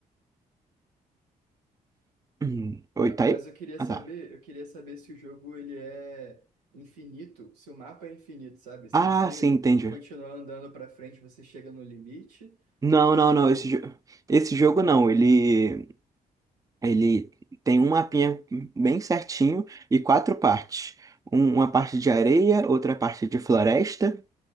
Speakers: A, on the right; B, on the right.
A: Hum. Oi,
B: Ma-
A: tá
B: Mas
A: aí?
B: eu queria
A: Ah,
B: saber,
A: tá.
B: eu queria saber se o jogo ele é infinito, se o mapa é infinito, sabe? Se
A: Ah,
B: você
A: sim, entendi.
B: continuar andando pra frente, você chega no limite,
A: Não,
B: ou
A: não, não. Esse, jo- esse jogo não. Ele, ele tem um mapinha bem certinho e quatro partes. Um- uma parte de areia, outra parte de floresta.